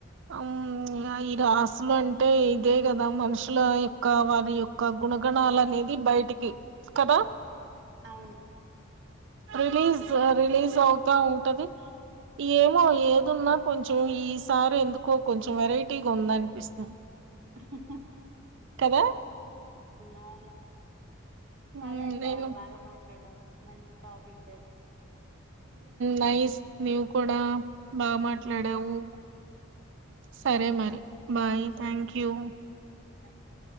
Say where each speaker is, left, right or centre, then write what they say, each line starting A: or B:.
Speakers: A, on the right; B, on the right.
A: అవ్ను ఇగ ఈ రాసులంటే ఇదే కదా మనుషుల యొక్క వారి యొక్క గుణగణాలనేది బైటికి కదా
B: అవును.
A: రిలీజ్ రిలీజ్ అవుతా ఉంటది ఏమో ఏదున్నా కొంచెం ఈసారి ఎందుకో కొంచెం వెరైటీగా ఉందన్పిస్తుం
B: హ్
A: కదా
B: అవును
A: హ్మ్
B: సరే అక్క
A: నేను
B: బాగా మాట్లాడావ్ మంచి టాపిక్
A: నైస్ నీవు కూడా బాగా మాట్లాడావు సరే మరి బాయ్
B: సరే
A: థ్యాంక్
B: అక్క
A: యూ
B: బాయ్ థ్యాంక్ యూ